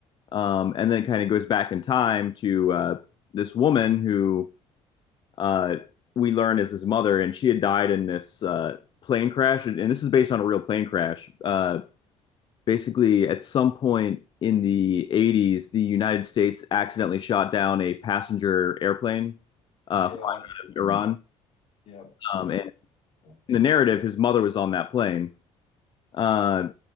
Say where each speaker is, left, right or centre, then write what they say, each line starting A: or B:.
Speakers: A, on the left (about 40°); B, on the left (about 55°).
A: Um, and then it kind of goes back in time to uh, this woman who uh, we learn is his mother, and she had died in this uh, plane crash. And, this is based on a real plane crash. Uh, basically, at some point in the 80s, the United States accidentally shot down a passenger airplane uh,
B: Yeah,
A: flying
B: I've heard of that.
A: to Iran.
B: Yeah,
A: Um,
B: yeah,
A: and
B: yeah.
A: in the narrative, his mother was on that plane. Uh,